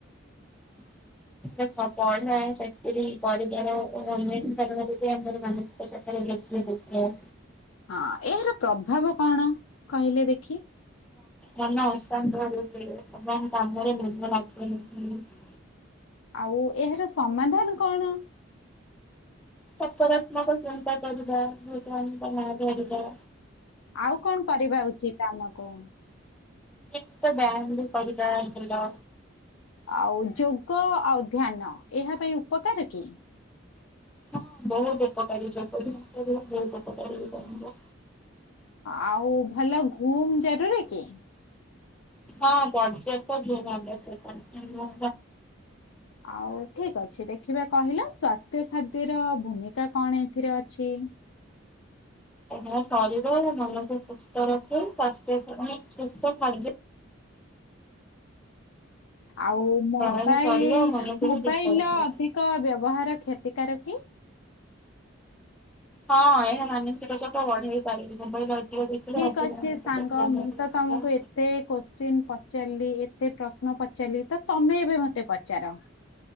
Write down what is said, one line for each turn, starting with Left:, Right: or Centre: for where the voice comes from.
Centre: <inaudible> ପଢା ଚାକିରି କରିବାର ଅନେକ କାରଣରୁ ବି ଆମର ମାନସିକ ଚାପ ବେଶି ହୋଇଥାଏ।
Left: ହଁ ଏହାର ପ୍ରଭାବ କଣ କହିଲେ ଦେଖି?
Centre: ମନ ଅଶାନ୍ତ ରଉଛି ଏବଂ କାମରେ। <unintelligible>
Left: ଆଉ ଏହାର ସମାଧାନ କଣ?
Centre: ସକାରାତ୍ମକ ଚିନ୍ତା କରିବା ଭଗବାନଙ୍କ ନାଁ ଧରିବା।
Left: ଆଉ କଣ୍ କରିବା ଉଚିତ୍ ଆମକୁ?
Centre: ନିତ୍ୟ ବାୟାମ୍ ବି କରିବା ଭଲ।
Left: ଆଉ ଯୋଗ ଆଉ ଧ୍ୟାନ ଏହା ପାଇଁ ଉପକାର କି?
Centre: ହ ବହୁତ ଉପକାରୀ ଯୋଗ ଯଦି କରିବ ବହୁତ ଉପକାରୀ ହେଇ
Left: ଆଉ ଭଲ ଘୁମ ଜରୁରୀ କି?
Centre: ହଁ ଦର୍ଜା ତ ଜ ସେ ଭ
Left: ଆଉ ଠିକ ଅଛି ଦେଖିବା କହିଲ ସ୍ଵାସ୍ଥ୍ୟ ଖାଦ୍ୟର ଭୂମିକା କଣ ଏଥିରେ ଅଛି।
Centre: ଏହା ଶରୀର ମନକୁ ସୁସ୍ଥ ରଖୁ ସ୍ୱାସ୍ଥ୍ୟାନ ସୁସ୍ଥ ସାଯ୍ୟ
Left: ଆଉ ମୋବାଇଲ
Centre: ଏହା ଶରୀର ଓ ମନକୁ
Left: ମୋବାଇଲ
Centre: ବି ସୁସ୍ଥ ରଖେ।
Left: ଅଧିକ ବ୍ୟବହାର କ୍ଷତ ପ୍ରତିକାର କି
Centre: ହଁ ଏହା ମାନସିକ ଚାପ ବଢେଇ ପାରେ ମୋବାଇଲ ଅଧିକ ଦେଖିଲେ
Left: ଠିକ
Centre: ଅଧିକ
Left: ଅଛି
Centre: ମାନସିକ
Left: ସାଙ୍ଗ
Centre: ଚାପ ବଢିପାରେ।
Left: ମୁଁ ତ ତମକୁ ଏତେ କୋଶ୍ଚିନ୍ ପଚାରିଲି ଏତେ ପ୍ରଶ୍ନ ପଚାରିଲି ତ ତମେ ଏବେ ମତେ ପଚାର?